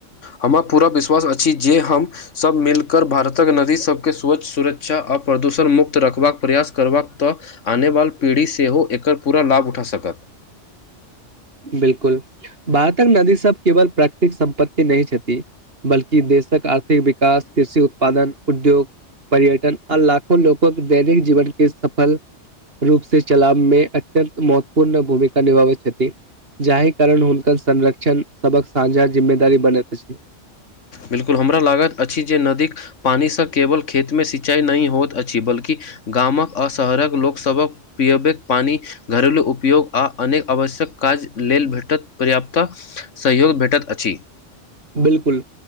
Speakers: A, on the left; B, on the right.
A: हमरा पूरा विश्वास अछि जे हम सभ मिलकर भारतक नदी सब के स्वच्छ सुरक्षा आ प्रदूषण मुक्त रखबाक प्रयास करबाक तऽ आने वाल पीढ़ी सेहो एकर पूरा लाभ उठा सकत
B: बिलकुल भारतक नदी सब केवल प्राकृतिक संपत्ति नहि छथि बल्कि देशक थिक विकास कृषि उत्पादन उद्योग पर्यटन आ लाखो लोको दैनिक जीवन के सफल रूप से चलाब मे अत्यंत महत्वपूर्ण भूमिका निभाबैत छथि जाहि कारण हुनकर संरक्षण सबक साझा जिम्मेदारी बनैत अछि
A: बिलकुल हमरा लागत अछि जे नदीक पानि से केवल खेत मे सिंचाई नहि होइत अछि बल्कि गामक आ शहरक लोक सभ के पिबैक पानि घरेलू उपयोग आ अनेक आवश्यक काज लेल भेटत पर्याप्ता सहयोग भेटैत अछि
B: बिलकुल